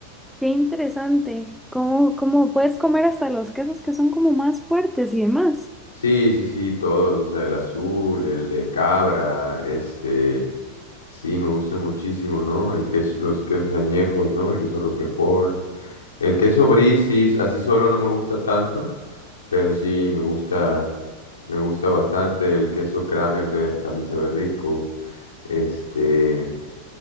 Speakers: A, in the centre; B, on the left.
A: Qué interesante. ¿Cómo, cómo puedes comer hasta los quesos que son como más fuertes y demás?
B: Sí, sí, sí, todos, o sea, el azul, el de cabra, este, Sí, me gusta muchísimo, ¿no? El queso, los quesos añejos, ¿no? El queso Roquefort. El queso brie, sí, s- así solo no me gusta tanto, pero sí me gusta, me gusta bastante. El queso Kramenberg también sabe rico. Este,